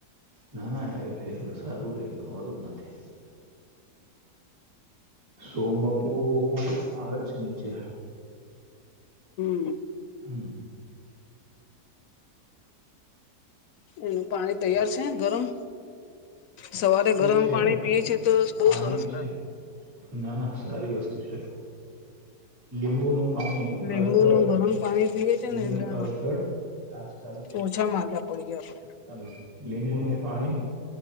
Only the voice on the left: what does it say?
હમ.
એનું પાણી તૈયાર છે ગરમ. સવારે ગરમ
પાણી
પીએ છે, તો બહુ
સરસ
લાગે.
લીંબુ
નું ગરમ પાણી પીએ છે ને એટલે
ઓછા માંદા પડીએ આપડે